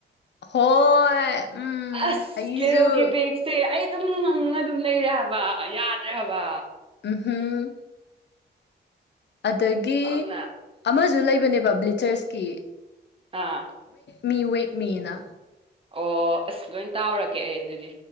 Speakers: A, on the left (about 70°); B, on the right (about 30°).
A: ꯍꯣꯢ ꯎꯝ
B: ꯑꯁ
A: ꯑꯩꯁꯨꯨ
B: ꯀ꯭ꯂꯦꯔꯣꯒꯤ ꯕꯦꯒꯁꯦ ꯑꯩ ꯑꯗꯨꯝ ꯉꯪꯉ ꯑꯗꯨꯝ ꯂꯩꯔꯦ ꯍꯥꯏꯕ ꯌꯥꯗ꯭ꯔꯦ ꯍꯥꯏꯕ
A: ꯍꯝ ꯑꯗꯒꯤ
B: ꯑꯗꯨꯅ
A: ꯑꯃ ꯁꯨ ꯂꯩꯕꯅꯦꯕ ꯕ꯭ꯂꯤꯆꯔꯁꯀꯤ
B: ꯑꯥ
A: ꯃꯤꯋꯦꯛ ꯃꯤꯅ
B: ꯑꯣ ꯑꯁ ꯂꯣꯏ ꯇꯥꯎꯔꯒꯦ ꯑꯩ ꯑꯗꯨꯗꯤ